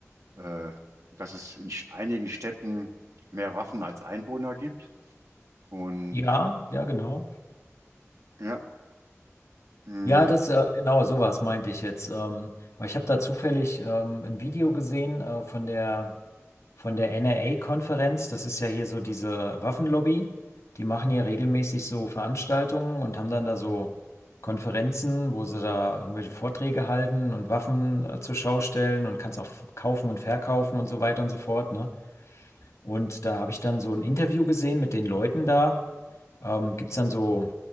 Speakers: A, on the right; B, on the left.
A: äh, dass es in sch- einigen Städten mehr Waffen als Einwohner gibt und
B: Ja, ja, genau.
A: ja, hm,
B: Ja, das äh, genau sowas meinte ich jetzt. Ähm, weil ich habe da zufällig ähm, ein Video gesehen äh, von der von der NRA-Konferenz. Das ist ja hier so diese Waffenlobby. Die machen ja regelmäßig so Veranstaltungen und haben dann da so Konferenzen, wo sie da irgendwelche Vorträge halten und Waffen äh, zur Schau stellen und kannst auch f- kaufen und verkaufen und so weiter und so fort, ne? Und da habe ich dann so ein Interview gesehen mit den Leuten da. Ähm, gibt es dann so